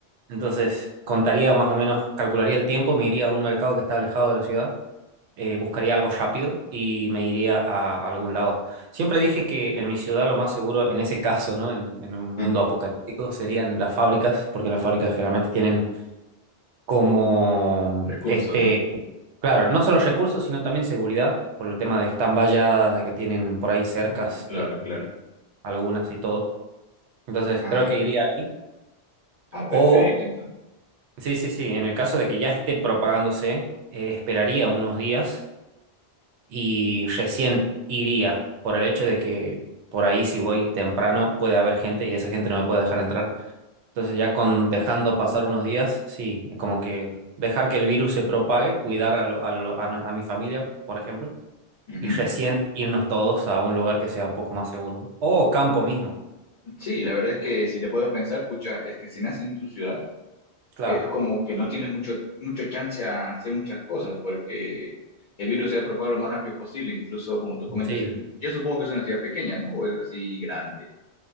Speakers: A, on the right; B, on the left.
A: Entonces, contaría más o menos, calcularía el tiempo, me iría a un mercado que está alejado de la ciudad, eh, buscaría algo rápido y me iría a algún lado. Siempre dije que en mi ciudad lo más seguro, en ese caso, ¿no? En, en un mundo
B: Mm,
A: apocalíptico, serían las fábricas, porque las fábricas generalmente tienen como
B: recursos,
A: este,
B: ¿no?
A: claro, no solo recursos, sino también seguridad, por el tema de que están valladas, de que tienen por ahí cercas,
B: Uh, claro,
A: eh,
B: claro.
A: algunas y todo. Entonces,
B: Ah,
A: creo que iría ahí.
B: ah, perfecto,
A: O
B: entonces.
A: Sí, sí, sí. En el caso de que ya esté propagándose, eh, esperaría unos días y recién iría por el hecho de que por ahí si voy temprano puede haber gente y esa gente no me puede dejar entrar. Entonces ya con dejando pasar unos días, sí, como que dejar que el virus se propague, cuidar a, lo- a, lo- a no- a mi familia, por ejemplo,
B: Ujú.
A: y recién irnos todos a un lugar que sea un poco más seguro, ¿no? O campo mismo,
B: Sí, la verdad es que si te puedo pensar, pucha, es que si naces en tu ciudad,
A: claro.
B: es como que no tienes mucho, mucho chance a hacer muchas cosas porque el virus se ha propagado lo más rápido posible, incluso como tú comentas,
A: Sí.
B: es- yo supongo que es una ciudad pequeña, ¿no? O es así grande.